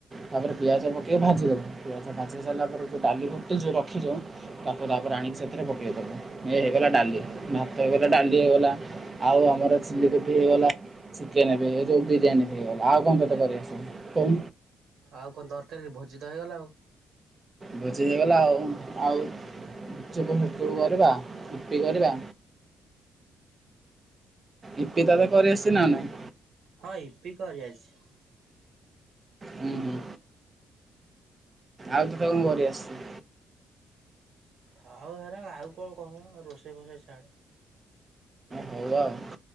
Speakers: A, on the right; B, on the right.
A: ତାପରେ ପିଆଜ ପକେଇ ଭାଜିଦବୁ ପିଆଜ ଭାଜି ସାରିଲା ପରେ ଯେଉଁ ଡାଲି ଗୋଟେ ଯେଉଁ ରଖିଥିବ ତାକୁ
B: ହଁ
A: ତାପରେ
B: ହଁ
A: ଆଣି ସେଥିରେ ପକେଇଦବୁ ଏ ହେଇଗଲା ଡାଲି। ଭାତ ହେଇଗଲା, ଡାଲି ହୋଇଗଲା, ଆଉ ଆମର ଚିଲିକୋବି ଫ ହେଇଗଲା ଚିକେନ ଏବେ ଯେଉ ବିରିୟାନୀ ହେଇଗଲା ଆଉ କଣ
B: ବିରିୟାନୀ
A: ତତେ କରିଆସି କହୁ
B: ଆଉ କଣ ଦରକାରୀ କି ଭୋଜି ତ ହେଇଗଲା ଆଉ।
A: ବୁଜିି ହେଇଗଲା ଆଉ ଆଉ ଗୁପଚୁପ୍ କରିବା ୟିପି କରିବା ଇ ତତେ କରି ଆସିଛି ନା ନାଇଁ?
B: ହଁ ଇପି କରିଆଛି।
A: ହୁଁ ହୁଁ। ଆଉ ତତେ କଣ କରିଆସେ।
B: ହଉ ହେରା ଆଉ କଣ କହମ ରୋଷେଇ ଫୋଷେଇ ଛାଡ।
A: ହଉ ବା <unintelligible>